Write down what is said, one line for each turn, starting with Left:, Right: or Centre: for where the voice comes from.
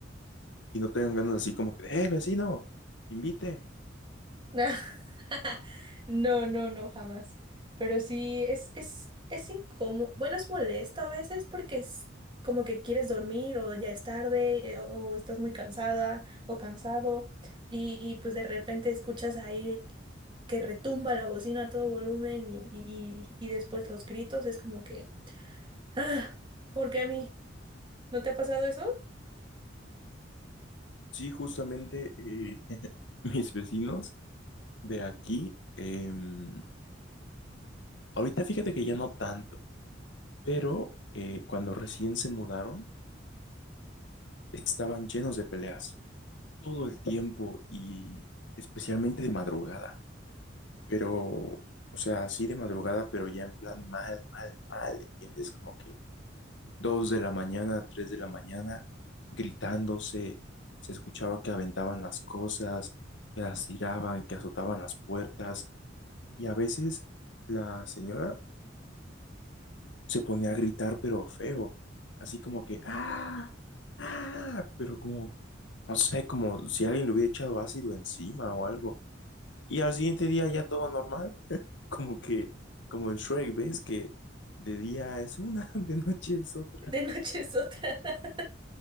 Left: y no tengan ganas así como que, ¡eh, vecino! ¡Invite!
Right: No, <laughs> no, no, no, jamás. Pero sí, es, es, es incómodo. Bueno, es molesto a veces porque es como que quieres dormir o ya es tarde eh, o, o estás muy cansada o cansado y, y pues de repente escuchas ahí que retumba la bocina a todo volumen y, y, y- y después los gritos. Es como que, ah, ¿por qué a mí? ¿No te ha pasado eso?
Left: Sí, justamente eh, <laughs> mis vecinos de aquí, em, ahorita fíjate que ya no tanto, pero eh, cuando recién se mudaron, estaban llenos de peleas todo el tiempo y especialmente de madrugada. Pero, o sea, así de madrugada, pero ya en plan mal, mal, mal, ¿entiendes? Como que dos de la mañana, tres de la mañana, gritándose, se escuchaba que aventaban las cosas, que las tiraban, que azotaban las puertas, y a veces la señora se ponía a gritar, pero feo, así como que, ¡ah! ¡ah! Pero como, no sé, como si alguien le hubiera echado ácido encima o algo. Y al siguiente día ya todo normal. Como que, como en Shrek, ¿ves? Que de día es una, <laughs> de noche es otra.
Right: De <laughs> noche es otra. <laughs>